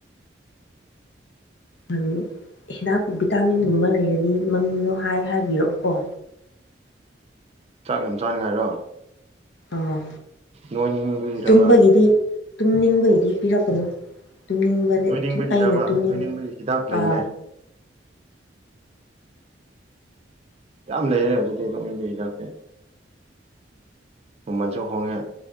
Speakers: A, on the left; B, on the right.
A: <unintelligible> ꯍꯤꯗꯥꯛ ꯚꯤꯇꯥꯃꯤꯟꯒꯨꯝꯕ ꯂꯩꯔꯗꯤ ꯃꯃꯤꯡꯗꯣ ꯍꯥꯏ ꯍꯥꯏꯕꯤꯔꯛꯎꯀꯣ
B: ꯆꯥꯛ ꯌꯥꯝ ꯆꯥꯅꯤꯡꯉꯥꯏꯔꯣ
A: ꯑꯧ
B: ꯅꯣꯏꯅꯤꯡꯕꯒꯤꯔꯕ
A: ꯇꯨꯝꯕꯒꯤꯗꯤ ꯇꯨꯝꯅꯤꯡꯕꯥꯏꯗꯤ ꯄꯤꯔꯛꯀꯅꯨ ꯇꯨꯝꯅꯤꯡꯕꯗꯦ
B: ꯅꯣꯏꯅꯤꯡꯕꯒꯤꯔꯕ
A: ꯑꯩꯅ ꯇꯨꯝꯅꯤꯡ
B: ꯅꯣꯏꯅꯤꯡꯕꯒꯤ ꯍꯤꯗꯥꯛ ꯂꯩꯅꯦ
A: ꯑ
B: ꯌꯥꯝ ꯂꯩꯌꯦꯅꯦ ꯑꯗꯨꯗꯤ ꯅꯣꯛꯃꯤ <unintelligible> ꯃꯃꯟꯁꯨ ꯍꯣꯡꯉꯦ